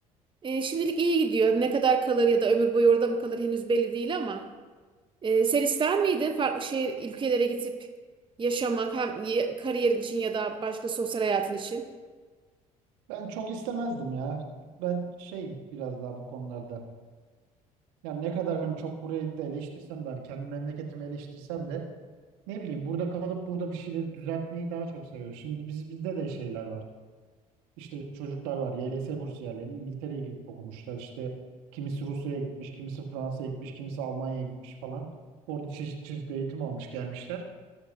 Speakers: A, on the right (about 25°); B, on the right (about 70°).
A: E, şimdilik iyi gidiyor. Ne kadar kalır ya da ömür boyu orada mı kalır henüz belli değil ama. E, sen ister miydin farklı şehir ülkelere gidip yaşamak hem y- kariyerin için ya da başka sosyal hayatın için?
B: Ben çok istemezdim ya. Ben şeyim biraz daha bu konularda. Yani ne kadar hani çok burayı da eleştirsem de hani kendi memleketimi eleştirsem de ne bileyim burada kalıp burada bir şeyleri düzeltmeyi daha çok seviyorum. Şimdi biz bizde de şeyler var. İşte çocuklar var. YLS bursiyerleri İngiltere'ye gidip okumuşlar. İşte kimisi Rusya'ya gitmiş, kimisi Fransa'ya gitmiş, kimisi Almanya'ya gitmiş falan. Orada çeşit çeşit eğitim almış gelmişler.